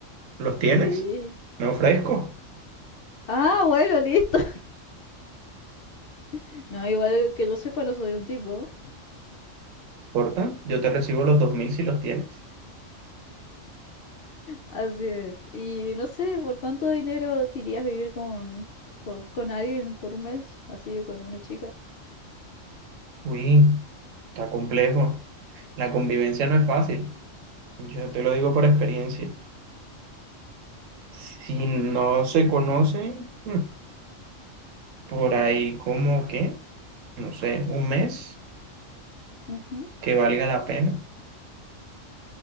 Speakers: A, on the right; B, on the left.
A: ¿Los tienes?
B: Sí.
A: Me ofrezco.
B: Ah, bueno, listo. <laughs> No, igual que yo sepa, no soy un tipo.
A: Porta, yo te recibo los 2000 si los tienes.
B: Así es. Y no sé, ¿por cuánto dinero te irías a vivir con, por- con alguien por un mes? Así, con una chica.
A: Uy, está complejo. La convivencia no es fácil. Yo te lo digo por experiencia. Si no se conocen, hmm, por ahí como que, no sé, un mes
B: Ujú.
A: que valga la pena.